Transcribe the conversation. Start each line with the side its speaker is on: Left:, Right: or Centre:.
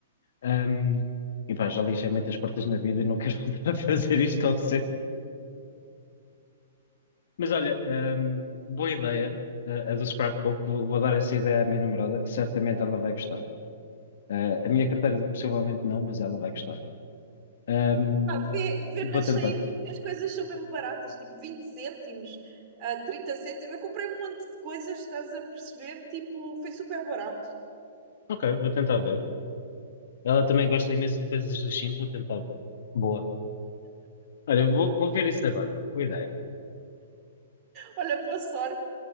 Left: Ahm, e pá, já lixei muitas portas na vida e não quero <laughs> voltar a fazer isto tão cedo. Mas olha, ahm, boa ideia, ah, a do scrapbook. Vou, vou dar essa ideia à minha namorada, que certamente ela vai gostar. Ah, a minha carteira possivelmente não, mas ela vai gostar. Ahm,
Right: Ah, vê, vê
Left: vou
Right: na Shein
Left: tentar.
Right: que as coisas são mesmo baratas, tipo 20 cêntimos, ah, 30 cêntimos. Eu comprei um monte de coisas, estás a perceber? Tipo, foi super barato.
Left: Ok, vou tentar ver. Ela também gosta imenso de coisas da China, vou tentar ver. Boa. Olha, eu vou, vou ver isso agora. Boa ideia.
Right: Olha, boa sorte.